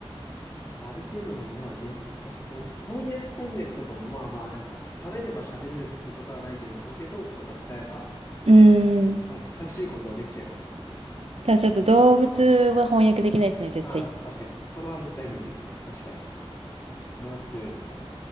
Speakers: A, on the left (about 30°); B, on the right (about 75°).
A: なんかある程度のものは現実化しそうです。翻訳こんにゃくとかもまあまあなんか食べれば喋れるってことはないけど、ポケトークとか使えば、
B: うーん。
A: まあ近しいことはできちゃいますもんね。
B: ただちょっと動物は翻訳できないですね、絶対。
A: ああ、確かに。それは絶対無理ですね。確かに。それは強いですわ。